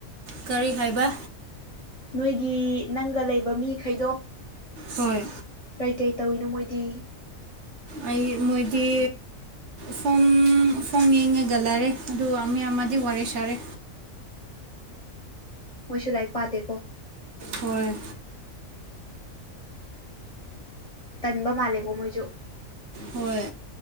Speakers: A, on the right (about 60°); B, on the left (about 35°).
A: ꯀꯔꯤ ꯍꯥꯏꯕ
B: ꯅꯣꯏꯒꯤ ꯅꯪꯒ ꯂꯩꯕ ꯃꯤꯈꯩꯗꯣ
A: ꯍꯣꯏ
B: ꯀꯩꯀꯩ ꯇꯧꯏꯤꯅꯣ ꯃꯣꯏꯗꯤ
A: ꯑꯩ ꯃꯣꯏꯗꯤ ꯐꯣꯝ ꯐꯣꯝ ꯌꯦꯡꯉꯒꯂꯔꯦ ꯑꯗꯨꯒ ꯃꯤ ꯑꯃꯗꯤ ꯋꯥꯔꯤꯦ ꯁꯥꯔꯦ
B: ꯃꯣꯏꯁꯨꯔꯥꯏ ꯄꯥꯗꯦꯀꯣ
A: ꯍꯣꯏ
B: ꯇꯟꯕ ꯃꯥꯂꯦꯒꯣ ꯃꯣꯏꯁꯨ
A: ꯍꯣꯏ